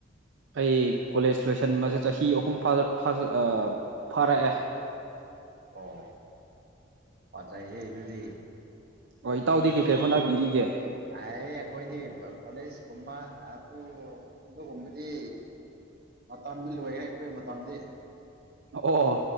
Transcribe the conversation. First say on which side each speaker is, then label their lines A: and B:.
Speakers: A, on the right (about 65°); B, on the right (about 50°).
A: ꯑꯩ ꯀꯣꯜꯂꯦꯖ ꯂꯣꯏꯁꯟꯕꯁꯦ ꯆꯍꯤ ꯑꯍꯨꯝ ꯐꯥ ꯐꯥꯔꯛꯑꯦ
B: ꯑꯣ ꯐꯖꯩꯍꯦ ꯑꯗꯨꯗꯤ
A: ꯑꯣ ꯏꯇꯥꯎꯗꯤ
B: ꯑꯈꯣꯏꯗꯤ
A: ꯀꯩꯀꯩ ꯍꯣꯠꯅꯕꯤꯔꯤꯒꯦ
B: ꯑꯩ ꯑꯈꯣꯏꯒꯤ ꯀꯣꯜꯂꯦꯖ ꯀꯨꯝꯕ ꯑꯗꯨ ꯑꯗꯨꯒꯨꯝꯕꯗꯤ ꯃꯇꯝꯗꯤ ꯂꯣꯏꯈ꯭ꯔꯦ ꯑꯈꯣꯏ ꯃꯇꯝꯗꯤ
A: ꯑꯣ ꯑꯣ